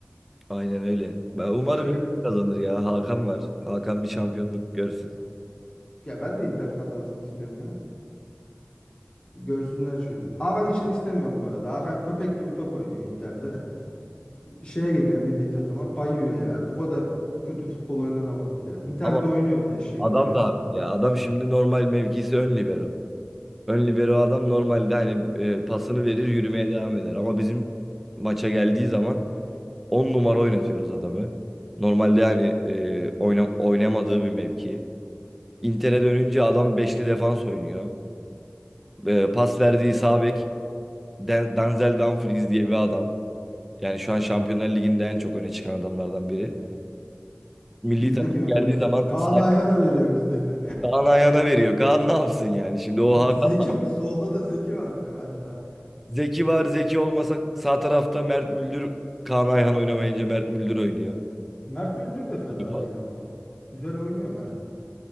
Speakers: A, in the centre; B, on the left.
A: Aynen öyle. Ben umarım
B: Şöyle
A: Inter kazanır ya. Hakan var. Hakan bir şampiyonluk görsün.
B: Ya ben de Inter kazansın istiyorum ya. Bir görsünler şöyle. Hakan için istemiyorum bu arada. Hakan köpek gibi top oynuyor Inter'de. Şeye geliyor milli takıma bayıyor ya. Bu kadar kötü futbol oynanamaz ya. Inter'de
A: Ama
B: oynuyor eşek
A: adam
B: gibi.
A: da haklı ya. Adam şimdi normal mevkisi ön libero. Ön libero adam normalde hani e, pasını verir yürümeye devam eder. Ama bizim maça geldiği zaman 10 numara oynatıyoruz adamı. Normalde hani e, oyna, oynamadığı bir mevki. Inter'e dönünce adam beşli defans oynuyor. E, pas verdiği sağ bek Dan- Denzel Dumfries diye bir adam. Yani şu an Şampiyonlar Ligi'nde en çok öne çıkan adamlardan biri. Milli
B: Bizde
A: takım
B: kime
A: geldiği
B: veriyor?
A: zaman
B: Kaan
A: sahip
B: Ayhan'a veriyor bizde de.
A: Kaan Ayhan'a veriyor. Kaan ne yapsın yani? Şimdi
B: <laughs>
A: o
B: Zeki
A: Hakan
B: solda da Zeki vardı galiba.
A: Zeki var. Zeki olmasa sağ tarafta Mert Müldür Kaan Ayhan oynamayınca Mert Müldür oynuyor.
B: Mert Müldür de fena
A: Nasıl?
B: değil ama bak. Güzel oynuyor Mert de.